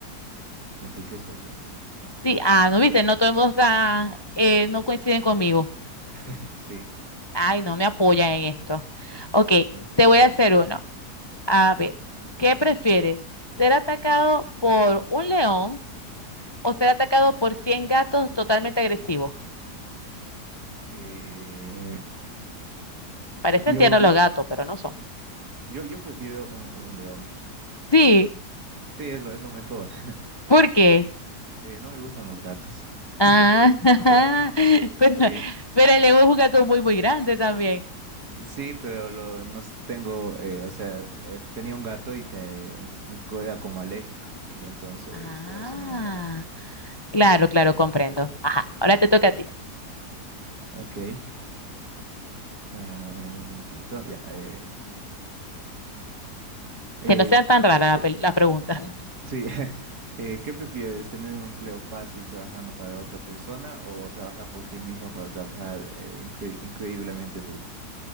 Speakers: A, on the right; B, on the left.
A: treinta y seis por ciento
B: Sí, ah, no viste, no todo el mundo está, eh, no coinciden conmigo.
A: <laughs> Sí.
B: Ay, no me apoyan en esto. Ok, te voy a hacer uno. A ver, ¿qué prefieres? ¿Ser atacado por un león o ser atacado por 100 gatos totalmente agresivos?
A: Eh,
B: Parecen
A: yo,
B: tiernos los
A: yo,
B: gatos, pero no son.
A: yo, yo prefiero un, un león.
B: Sí,
A: Sí, es lo, es lo mejor. <laughs>
B: ¿por qué?
A: Eh, no me gustan los gatos.
B: Ah, <laughs>
A: <laughs>
B: pero,
A: Sí,
B: pero el león es un gato muy, muy grande también.
A: sí, pero lo, nos tengo, eh, o sea, eh, tenía un gato y te era como alérgico y entonces
B: Ah,
A: por eso no me agradan los gatos.
B: claro, claro, comprendo. Ajá, ahora te toca a ti.
A: Ok, ah, dame un momentito. Ya, eh, eh,
B: Que no sean tan raras
A: ¿qué,
B: las pel- las preguntas. <laughs>
A: Sí, <laughs> eh, ¿qué prefieres? ¿Tener un empleo fácil trabajando para otra persona o trabajar por ti mismo para trabajar eh, incre- increíblemente duro?